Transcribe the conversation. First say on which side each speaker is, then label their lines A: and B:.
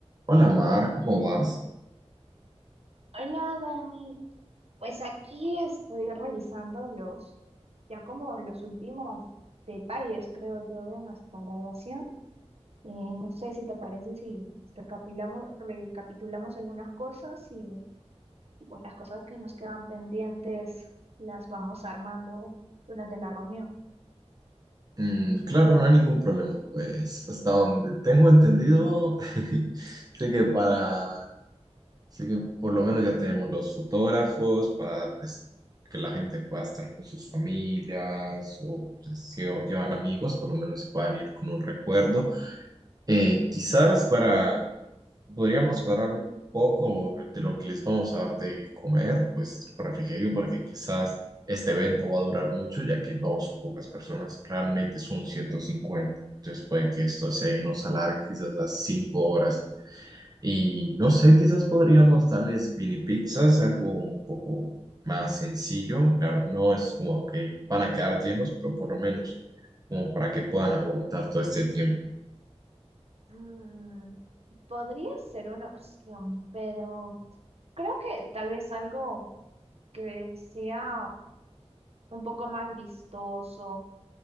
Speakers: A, on the right; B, on the right.
A: Hola Mar, ¿cómo vas?
B: Hola, Dani. Pues aquí estoy revisando los, ya como los últimos detalles, creo yo, de nuestra graduación. Eh, no sé si te parece si recapitulamos, recapitulamos algunas cosas y, y pues las cosas que nos quedan pendientes las vamos armando durante la reunión.
A: Mm, claro, no hay ningún problema, pues hasta donde tengo entendido, <laughs> sé que para, sé que por lo menos ya tenemos los fotógrafos para pues, que la gente pueda estar con sus familias o pues, si o llevan amigos, por lo menos se puedan ir con un recuerdo. Eh, quizás para, podríamos cuadrar un poco de lo que les vamos a dar de comer, pues refrigerio, porque quizás este evento va a durar mucho, ya que no son pocas personas, realmente son ciento cincuenta Entonces puede que esto se nos alargue quizás a 5 horas. Y no sé, quizás podríamos darles mini pizzas, algo un poco más sencillo. Claro, no es como que van a quedar llenos, pero por lo menos como para que puedan aguantar todo este tiempo.
B: Mm, podría ser una opción, pero creo que tal vez algo que sea un poco más vistoso